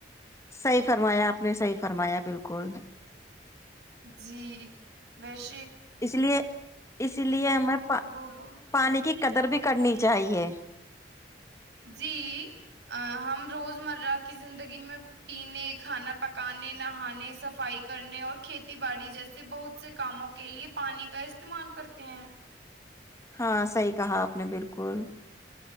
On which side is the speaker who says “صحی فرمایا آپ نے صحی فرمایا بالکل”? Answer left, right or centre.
Left